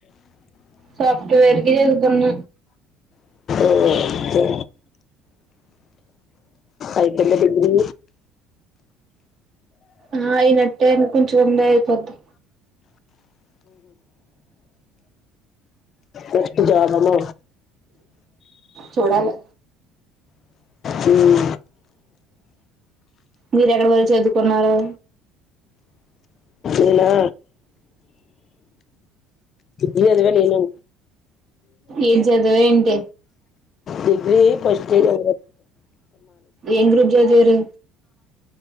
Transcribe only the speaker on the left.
ఒకే అయితలే డిగ్రీ
నెక్స్ట్ యాడనో
హమ్
ఏనా ఇ అదివేళ ఏను
డిగ్రీ ఫస్ట్ ఓ